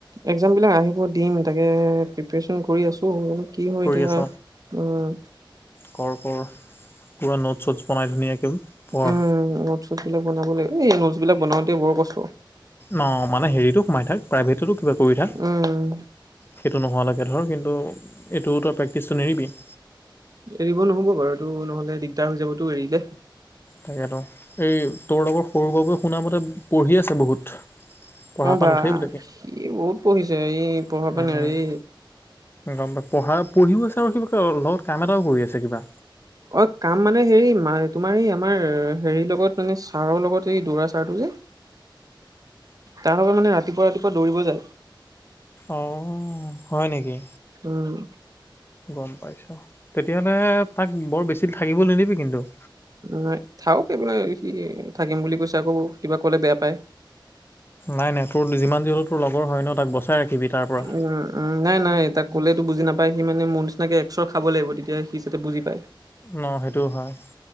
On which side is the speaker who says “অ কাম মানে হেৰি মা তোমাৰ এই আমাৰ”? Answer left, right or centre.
Right